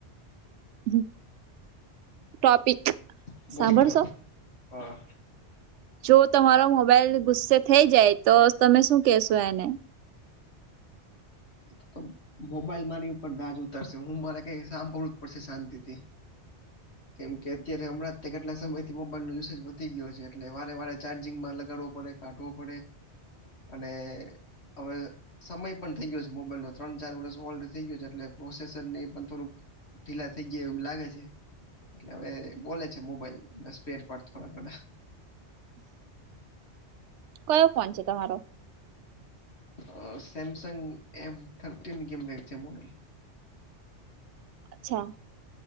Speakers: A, on the right; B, on the left.
A: હમ ટોપિક
B: બોલો
A: સાંભળશો
B: બોલો હા,
A: જો તમારો મોબાઈલ ગુસ્સે થઈ જાય તો તમે શું કહેશો એને?
B: <inaudible> મોબાઈલ મારી ઉપર દાજ ઉતરશે હું મારે કઈ સાંભળવું જ પડશે શાંતિથી કેમ કે અત્યારે હમણાં તે કેટલા સમય મોબાઈલ નો યુસેજ વધી ગયો છે એટલે વારે વારે ચાર્જિંગમાં લગાડવો પડે કાઢવો પડે અને હવે સમય પણ થઈ ગયો છે મોબાઈલનો ત્રણ ચાર વરસ ઓલ્ડ થઈ ગયો છે એટલે પ્રોસેસર ને એ પણ થોડુંક ઢીલા થઈ ગયા એવું લાગે છે, એટલે હવે બોલે છે મોબાઈલ ના સ્પેરપાર્ટ થોડા બધા.
A: કયો ફોન છે તમારો?
B: અ સેમસંગ એમ થર્ટીન કે એમ કાંઇક છે મોડેલ.
A: અચ્છા